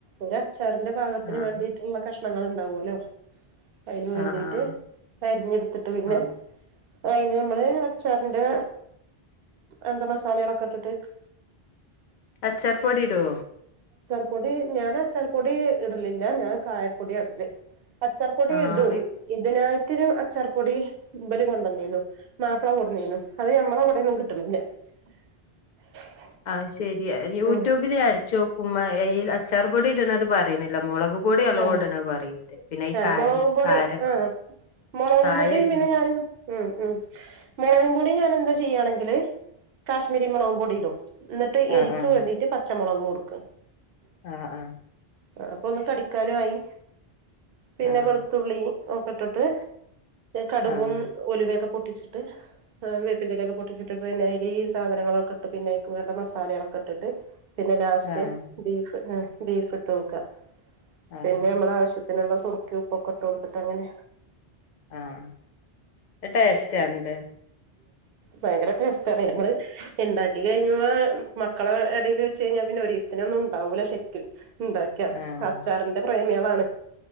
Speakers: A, on the right; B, on the left.
A: ഒര അച്ചാറിന്റെ പാകത്തിന്
B: ആഹ്
A: വേണ്ടിട്ടുള്ള കഷ് ണങ്ങൾ ഉണ്ടാവുല്ലോ അയിന് വേണ്ടിട്ട്
B: ആഹ് ആഹ്
A: അരിഞ്ഞെടുത്തിട്ട് പിന്നെ
B: ആഹ്
A: അ അയ്ഞാ നമ്മള് അച്ചാറിന്റെ എന്താ മസാലകളൊക്കെ ഇട്ടി ട്ട്
B: അച്ചാർപൊടിടോ
A: പ്പൊടി ഞാൻ അച്ചാർപ്പൊടി ഇടലില്ല ഞാൻ കായപ്പൊടിയാ ഇടൽ അച്ചാർപ്പൊടി
B: ആഹ്
A: ഇടും ഇതിനായി ട്ടൊരു അച്ചാർ പൊടി ഇബല് കൊണ്ടന്നീന്നു മാപ്പിള കൊടുന്നിന്നു അത് മ്മള വടൊന്നും കിട്ടുന്നില്ലാ <unintelligible>
B: അഹ് ശ രിയാ യൂട്യൂബില്
A: ഉം
B: അടിച്ചോക്കുമ്പോ ഈ അച്ചാർപൊടി ഇടണത് പറി ണില്ല മുളക് പൊടി നല്ലോം
A: ആഹ്
B: ഇടുണത് പറിണ്ട് പിന്നെ പിന്നെ ഈ
A: ആഹ്
B: കാരം
A: മുളകും പൊടി
B: കാരം
A: ആഹ് മുളകും
B: കായം
A: പൊടിയും
B: ഇടു
A: പിന്നെ
B: ണും
A: ഞാനും ഉം ഉം മുളകും പൊടി ഞാൻ എന്താ ചെയ്യാണെങ്കില് കാശ്മീരി മുളകും പൊടി ഇടും എന്നിട്ട്
B: ആഹ്
A: എരിക്ക്
B: ആഹ്
A: വേണ്ടിട്ട് പച്ച മുളക് കൊടുക്കാ
B: ആഹ് ആഹ്
A: ആ അപ്പൊ ഒന്ന് കടി ക്കാനും ആയി. പിന്നെ
B: ആഹ്
A: വെളുത്തുള്ളി ഒക്കെ ഇട്ടിട്ട് കടുകും
B: ആഹ്
A: ഉലുവേക്ക പൊ ട്ടിച്ചിട്ട് ഇം വേപ്പന്റെലൊക്കെ പൊട്ടിച്ചിട്ട് പിന്നയ്ലീ സാധനങ്ങളൊക്കെ ഇട്ട് പിന്നെ അയിൽക്ക് വേണ്ട മസാലകളൊക്കെ ഇട്ടിട്ട് പിന്നെ ലാസ്റ്റ്
B: ആഹ്
A: ബീഫ് ആഹ് ബീഫ് ഇട്ടോക്ക.
B: ആഹ്
A: പിന്നെ നമ്മളെ ആവശ്യത്തിനുള്ള സുർ കയും ഉപ്പൊക്കെ ഇട്ട് കൊടുത്തിട്ട് അങ്ങനെ
B: ആഹ് അത് ടേസ്റ്റ് ആണല്ലേ?
A: ഭയങ്കര ടേസ്റ്റാണ്. നമ്മള് ഇണ്ടാക്കി കഴിഞ്ഞുമ്പോ മക്കളെ എടയില് വെച്ച് കഴിഞ്ഞാ പിന്നെ ഒരീസത്തിനൊന്നും ഒണ്ടാവൂല ശരിക്കും. ഇണ്ടാക്കിയാ <unintelligible>
B: ആഹ്
A: <unintelligible> പ്രേമികളാണ്